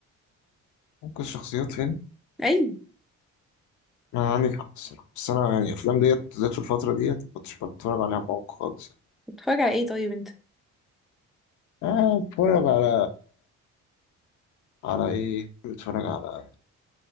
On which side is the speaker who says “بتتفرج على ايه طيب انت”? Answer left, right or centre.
Centre